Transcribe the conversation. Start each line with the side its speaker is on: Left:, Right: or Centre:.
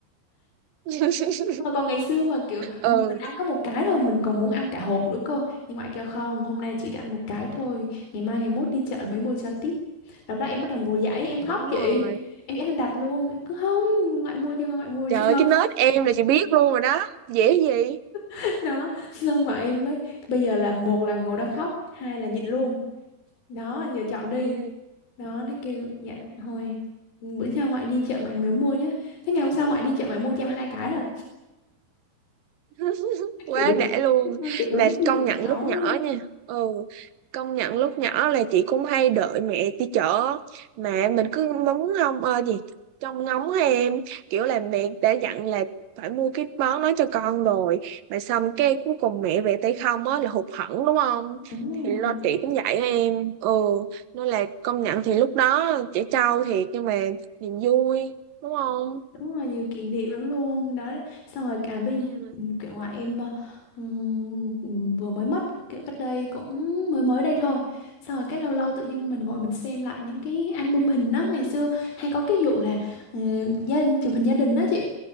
Right: <laughs>
Left: Mà còn ngày xưa mà kiểu
Right: ừ
Left: mình ăn có một cái thôi mình còn muốn ăn cả hộp nữa cơ nhưng ngoại kêu không hôm nay chỉ ăn một cái thôi ngày mai ngày mốt đi chợ mới mua cho tiếp lúc đó em bắt đầu ngồi dậy em khóc
Right: đúng
Left: chị
Right: rồi
Left: em ghét đặt luôn em cứ không ngoại mua cho con ngoại mua
Right: Trời
Left: cho
Right: ơi,
Left: con
Right: cái nết em là chị biết luôn rồi đó. Dễ gì?
Left: <laughs> đó xong mà em mới bây giờ là một là ngồi đó khóc hai là nhịn luôn đó giờ chọn đi
Right: Ừ.
Left: đó nó kêu dạ thôi bữa sau ngoại đi chợ ngoại mới mua nhá thế ngày hôm sau ngoại đi chợ ngoại mua cho em hai cái rồi
Right: <laughs> quá
Left: kiểu đúng
Right: đã luôn
Left: kiểu đúng
Right: mà
Left: chiều
Right: công nhận
Left: cháu
Right: lúc nhỏ
Left: luôn
Right: nha ừ công nhận lúc nhỏ là chị cũng hay đợi mẹ đi chợ mà mình cứ móng không ờ gì trông ngóng hay em kiểu là mẹ đã dặn là phải mua cái món đó cho con rồi mà xong cái cuối cùng mẹ về tay không á là hụt hẫng đúng không
Left: đúng rồi
Right: thì lo chị cũng vậy á em ừ nên là công nhận thì lúc đó trẻ trâu thiệt nhưng mà niềm vui đúng không
Left: Đúng rồi, nhiều kỷ niệm lắm luôn đó. Xong rồi cả bây
Right: ừ.
Left: kiểu ngoại em ờ, ừm, ừm, vừa mới mất kiểu cách đây cũng mới mới đây thôi. Xong rồi cái lâu lâu tự dưng mình ngồi mình xem lại những cái album hình đó ngày xưa hay có cái vụ là ờ, gia đình chụp hình gia đình đó chị.